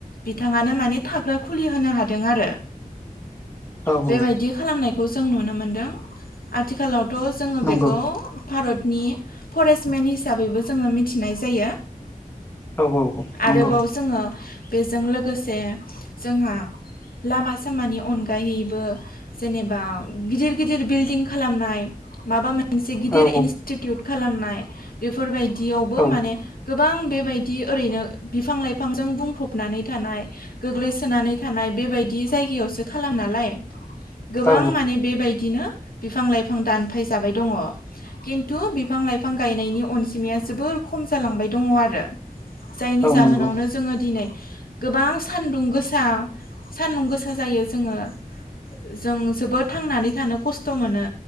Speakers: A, on the left; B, on the left.
A: बिथाङानो माने थाग्रा खुलि होनो हादों आरो।
B: औ
A: बेबायदि
B: औ
A: खालामनायखौ जों नुनो मोनदों आथिखालाव थ' जोङो
B: नंगौ
A: बेखौ भारतनि फरेस्टमेन हिसाबैबो जोङो मिथिनाय जायो।
B: औ औ औ
A: आरोबाव
B: नंगौ
A: जोङो बेजों लोगोसे जोंहा लामा सामानि अनगायैबो जेनेबा गिदिर गिदिर बिल्डिं खालामनाय माबा मोनसे गिदिर
B: औ
A: इनस्टिटिउट खालामनाय बेफोरबाय दियावबो
B: औ
A: माने गोबां बेबायदि ओरैनो बिफां लाइफांजों बुंफबनानै थानाय गोग्लैसोनानै थानाय बेबायदि जायगायावसो खालाम नालाय गोबां
B: औ
A: माने बेबायदिनो बिफां लाइफां दानफायजाबाय दङ खिन थु बिफां लाइफां गायनायनि अनजिमाया जोबोर खम जालांबाय दङ आरो। जायनि
B: औ
A: जाहोनावनो
B: नंगौ
A: जोङो दिनै गोबां सान्दुं गो सा सान्दुं गोसा जायो जोङो जों जोबोद थांनानै थानो ख स्थ' मोनो